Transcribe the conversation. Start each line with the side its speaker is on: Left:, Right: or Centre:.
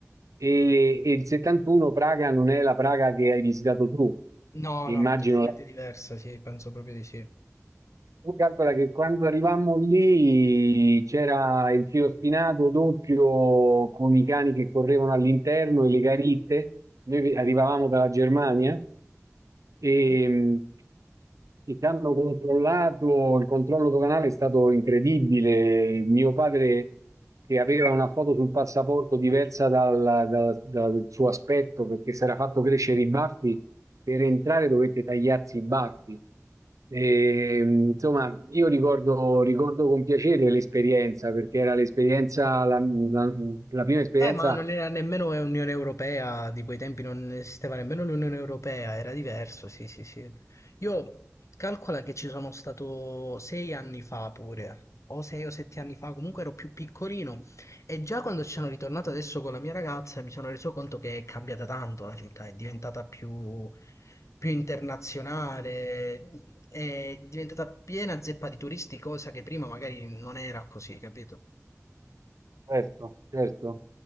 Right: E, e il 71 Praga non è la Praga che hai visitato tu,
Left: No,
Right: immagino.
Left: no, totalmente diversa, sì, penso proprio di sì.
Right: Tu calcola che quando arrivammo lì c'era il filo spinato doppio con i cani che correvano all'interno e le garitte. Noi vi- arrivavamo dalla Germania e,
Left: Sì.
Right: e ci hanno controllato, il controllo doganale è stato incredibile. Mio padre, che aveva una foto sul passaporto diversa dal, dal- dal suo aspetto perché si era fatto crescere i baffi, per entrare dovette tagliarsi i baffi. E, insomma, io ricordo, ricordo con piacere l'esperienza, perché era l'esperienza, la, la- la prima esperienza,
Left: Eh, ma non era nemmeno Unione Europea, di quei tempi non esisteva nemmeno l'Unione Europea, era diverso, sì, sì, sì. Io calcola che ci sono stato sei anni fa pure, o sei o sette anni fa, comunque ero più piccolino, e già quando ci sono ritornato adesso con la mia ragazza mi sono reso conto che è cambiata tanto la città, è diventata più, più internazionale, è diventata piena zeppa di turisti, cosa che prima magari non era così, capito?
Right: certo, certo,